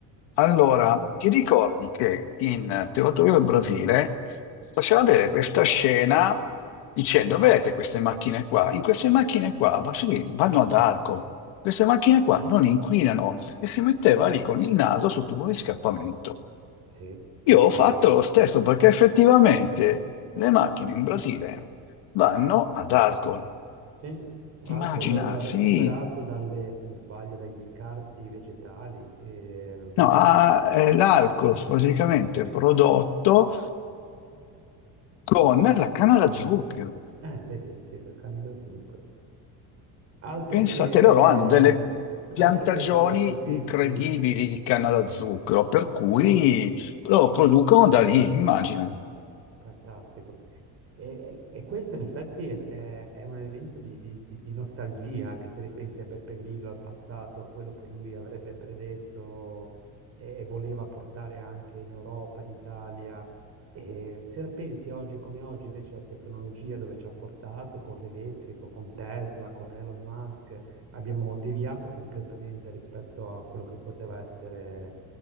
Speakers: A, on the left; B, on the right.
A: Allora, ti ricordi che in Te lo do io il Brasile faceva vedere questa scena dicendo, vedete queste macchine qua? In queste macchine qua va- sì, vanno ad alcol, queste macchine qua non inquinano e si metteva lì con il naso sul tubo di scappamento.
B: Sì, mi
A: Io
B: ricorda.
A: ho fatto lo stesso perché effettivamente le macchine in Brasile vanno ad alcol.
B: Sì, alcol
A: Immagina,
B: eh,
A: sì.
B: recuperato dalle, se non sbaglio, dagli scarti vegetali, eh, quindi,
A: No, ha- eh, l'alcol praticamente prodotto. con la canna da zucchero.
B: eh, vedi, sì, la canna da zucchero. Altro
A: Pensate,
B: che,
A: loro hanno delle piantagioni
B: altro che di questi tempi,
A: incredibili di canna da zucchero, per cui lo producono da lì, immagina.
B: Fantastico. E, e questo in effetti è, è- è un elemento di, di- di- di nostalgia, anche se ripensi a Beppe Grillo, al passato, a quello che lui avrebbe predetto e, e voleva portare anche in Europa, in Italia. E se la pensi oggi come oggi, invece, la tecnologia dove ci ha portato con l'elettrico, con Tesla, con Elon Musk, abbiamo deviato completamente rispetto a quello che poteva essere